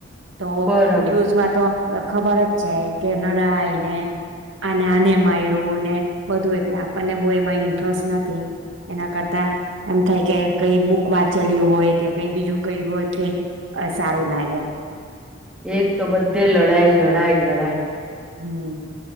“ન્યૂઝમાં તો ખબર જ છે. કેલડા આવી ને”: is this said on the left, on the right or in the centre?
Right